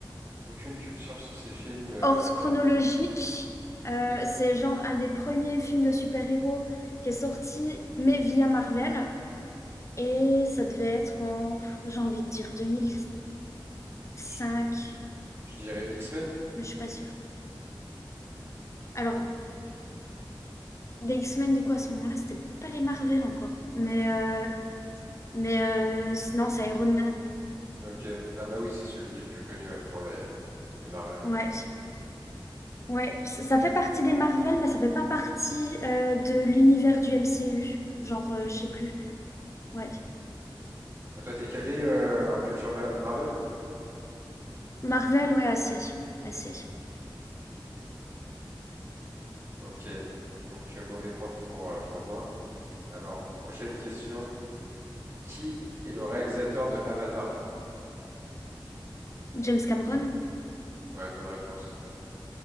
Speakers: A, on the right; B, on the left.
A: Aucune culture sur ces films, euh,
B: Hors
A: aucun.
B: chronologique, euh,
A: Et,
B: c'est genre un des premiers films de super-héros qui est sorti, mais via Marvel. Et ça devait être en, j'ai envie de dire, 2005,
A: je, je dirais X-Men?
B: mais je suis pas sûre. Alors, Les X-Men, du coup, à ce moment-là, c'était pas les Marvel encore. Mais, euh, mais euh, c- non, c'est Iron Man.
A: Ok. Ah bah oui, c'est celui qui est le plus connu ouais, pour les, les Marvel. ouais.
B: Ouais. Ouais, c- ça fait partie des Marvel, mais ça fait pas partie euh, de l'univers du MCU. Genre, euh, je sais plus. Ouais.
A: Ah, toi, t'es calé euh, en culture Ma- Marvel?
B: Marvel, ouais, assez. Assez.
A: Ok. Donc, euh, mauvais point pour, euh, pour moi. Alors, prochaine question. Qui est le réalisateur de Avatar?
B: James Cameron.
A: Ouais, bonne réponse.